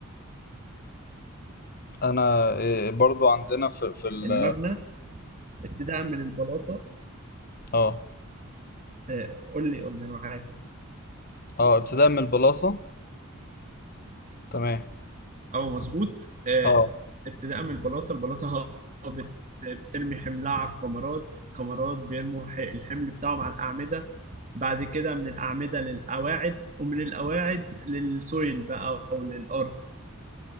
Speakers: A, on the left (about 45°); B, on the right (about 35°).
A: انا إيه، برضو عندنا في في ال
B: المبنى ابتداء من البلاطه
A: اه
B: آه، قول لي قول لي انا معاك
A: اه ابتداء من البلاطه تمام
B: اه مظبوط آه،
A: اه
B: ابتداء من البلاطه البلاطه بت- بترمي حملها على الكمرات الكمرات بيرموا ح- الحمل بتاعهم على الاعمده بعد كده من الاعمده للقواعد ومن القواعد للسويل بقى او للارض